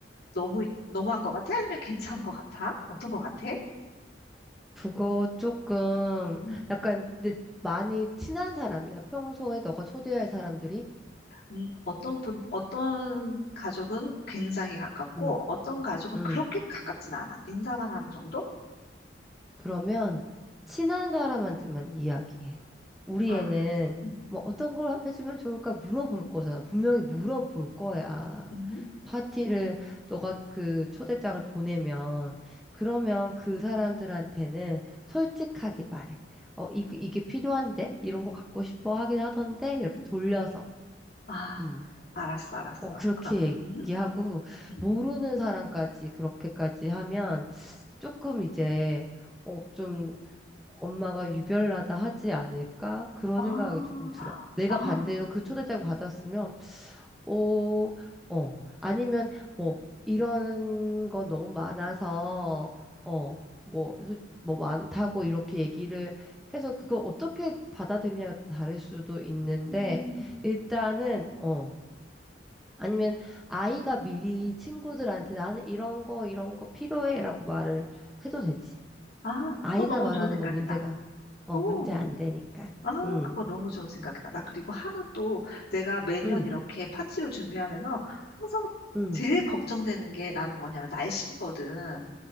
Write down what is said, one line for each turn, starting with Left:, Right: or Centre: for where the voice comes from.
Left: 너무 너무한 것 같아? 아니면 괜찮은 것 같아? 어떤 것 같아?
Centre: 그거 조금,
Left: 음,
Centre: 약간, 근데 많이 친한 사람이야. 평소에 너가 초대할 사람들이.
Left: 음, 어떤 분, 어떤 가족은 굉장히 가깝고,
Centre: 응,
Left: 어떤 가족은
Centre: 응.
Left: 그렇게 가깝진 않아. 인사만 하는 정도?
Centre: 그러면 친한 사람한테만 이야기해. 우리
Left: 아,
Centre: 애는
Left: 음,
Centre: 뭐 어떤 걸 해주면 좋을까 물어볼 거잖아. 분명히 물어볼 거야.
Left: 음,
Centre: 파티를 너가 그 초대장을 보내면 그러면 그 사람들한테는 솔직하게 말해. 어, 이, 이게 필요한데? 이런 거 갖고 싶어 하긴 하던데? 이렇게 돌려서.
Left: 아,
Centre: 음.
Left: 알았어, 알았어.
Centre: 어, 그렇게
Left: 그럼, 음,
Centre: 얘기하고
Left: 음.
Centre: 모르는 사람까지 그렇게까지 하면 조금 이제 어, 좀 엄마가 유별나다 하지 않을까? 그런
Left: 아,
Centre: 생각이 조금 들어. 내가
Left: 아,
Centre: 반대로 그 초대장 받았으면, 어, 어, 아니면 뭐, 이런 거 너무 많아서, 어, 뭐, 소- 뭐 많다고 이렇게 얘기를 해서 그걸 어떻게 받아들이냐가 다를 수도 있는데,
Left: 음,
Centre: 일단은, 어, 아니면 아이가 미리 친구들한테 나는 이런 거, 이런 거 필요해라고 말을 해도 되지.
Left: 아,
Centre: 아이가
Left: 그거 너무
Centre: 말하는
Left: 좋은 생각이다.
Centre: 건 문제가, 어,
Left: 어,
Centre: 문제 안 되니까.
Left: 아,
Centre: 응,
Left: 그거 너무 좋은 생각이다. 나 그리고 하나 또 내가 매년
Centre: 응,
Left: 이렇게 파티를 준비하면서 항상
Centre: 응,
Left: 제일 걱정되는 게 나는 뭐냐면 날씨거든.